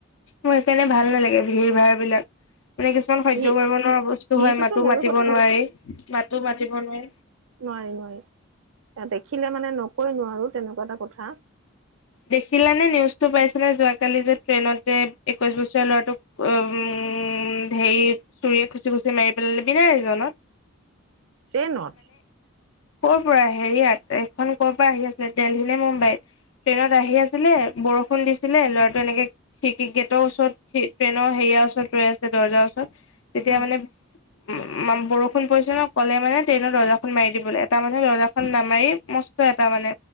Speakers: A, on the left; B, on the right.
A: মোৰ সেইকাৰণে ভাল নালাগে ভিৰ ভাৰ বিলাক। মানে কিছুমান সহ্য
B: সি
A: কৰিব নোৱাৰা বস্তু
B: সেইটোতো
A: হয় মাতো
B: ময়ো
A: মাতিব
B: কথা
A: নোৱাৰি-মাতো মাতি নোৱাৰি।
B: নোৱাৰি-নোৱাৰি এ দেখিলে মানে নকৈ নোৱাৰো তেনেকুৱা এটা কথা।
A: দেখিলানে নিউজটো পাইছে নে যোৱা কালি যে ট্ৰেইনত যে একৈশ বছৰীয়া ল'ৰাটোক <unintelligible> উম, ধেৰি চুৰিয়ে খুচি-খুচি মাৰি পেলালে বি <unintelligible>
B: ট্ৰেইনত?
A: কৰ' পৰা হেৰিয়াত এইখন কৰ পৰা আহি আছে দেলহি নে মুম্বাই? ট্ৰেইনত আহি আছিলে বৰষুণ দিছিলে ল'ৰাটো এনেকে খিৰকি গেটৰ ওচৰত ট্ৰেইনৰ হেৰিয়া <unintelligible> ওচৰত ৰৈ আছে দৰ্জাৰ ওচৰত তেতিয়া
B: উম,
A: মানে উম, মাম বৰষুণ পৰিছে ন' ক'লে মানে ট্ৰেইনৰ দৰ্জাখন মাৰি দিবলে এটা মানুহে দৰ্জাখন নামাৰি মস্ত এটা মানে